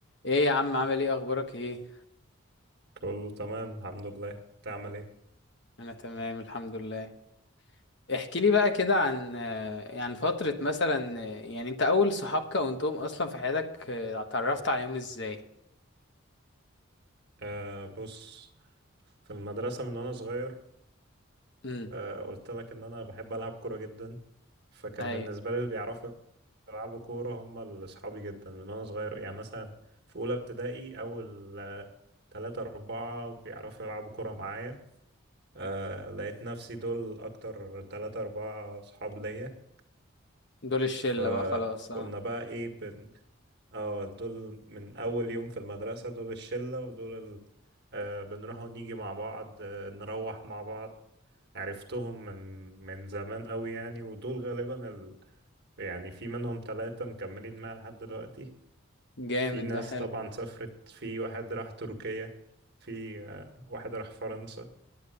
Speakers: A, on the left; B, on the right.
A: ايه يا عم عامل ايه اخبارك ايه
B: كله تمام الحمد لله تعمل ايه
A: انا تمام الحمد لله احكي لي بقى كده عن آه، يعني فترة مثلا آه، يعني انت اول صحاب كونتهم اصلا في حياتك آه، اتعرفت عليهم ازاي
B: آه بص في المدرسة من وانا صغير
A: امم
B: آه قلت لك ان انا بحب العب كورة جدا فكان
A: اي
B: بالنسبة لي اللي بيعرفوا يلعبوا كورة هم اللي اصحابي جدا من وانا صغير يعني مثلا في اولى ابتدائي اول آه، تلاتة اربعة بيعرفوا يلعبوا كورة معايا آه لقيت نفسي دول اكتر تلاتة اربعة صحاب ليا
A: دول الشلة
B: فكنا
A: بقى خلاص اه
B: بقى ايه اه دول من اول يوم في المدرسة دول الشلة ودول ال... آه بنروح ونيجي مع بعض آه نروح مع بعض عرفتهم من من زمان قوي يعني ودول غالبا ال... يعني في منهم ثلاثة مكملين معايا لحد دلوقتي
A: جامد
B: في ناس
A: ده حلو
B: طبعا سافرت في واحد راح تركيا في آه واحد راح فرنسا